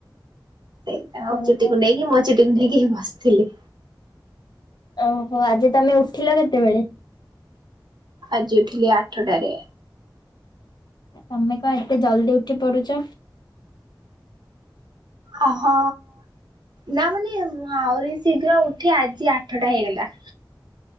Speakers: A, on the right; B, on the left.
A: ସେଇଟା ଆଉ
B: ଓହୋ।
A: ଚୁଟି କୁଣ୍ଢେଇକି ମୋ ଚୁଟିକୁ କୁଣ୍ଢେଇକି ଏ ବସିଥିଲି।
B: ଓହୋ ଆଜି ତମେ ଉଠିଲ କେତେବେଳେ।
A: ଆଜି ଉଠିଲି ଆଠଟାରେ।
B: ତମେ କଣ ଏତେ ଜଲ୍ଦି ଉଠି ପଡୁଚ।
A: ଅଁ ହଁ। ନା ମାନେ ମୁଁ ଆହୁରି ଶୀଘ୍ର ଉଠେ ଆଜି ଆଠଟା ହେଇଗଲା।